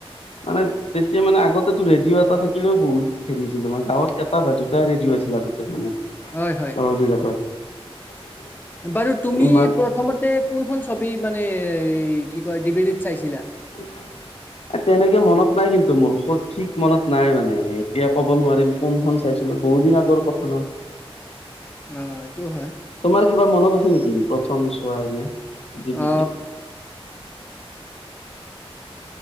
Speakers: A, on the left (about 80°); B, on the left (about 20°).
A: মানে তেতিয়া মানে আগতেটো ৰেডিঅ' এটা থাকিলেও বহুত হেৰি হৈছিল মানে গাঁৱত। এটা বা দুটাই ৰেডিঅ আছিল আগতে মানে।
B: হয়, হয়।
A: <unintelligible>
B: বাৰু তুমি
A: ইমান
B: প্ৰথমতে কোনখন ছবি মানে কি কয় ডিভিডিত চাইছিলা?
A: <inaudible> এ তেনেকে মনত নাই কিন্তু মোৰ সঠিক মনত নাই মানে এতিয়া ক'ব নোৱাৰিম। কোনখন চাইছিলো বহুত দিন আগৰ কথা নহ।
B: অ' এইটো হয়।
A: তোমাৰ কিবা মনত আছে নেকি প্ৰথম চোৱা এনে ডিভিডি।
B: অ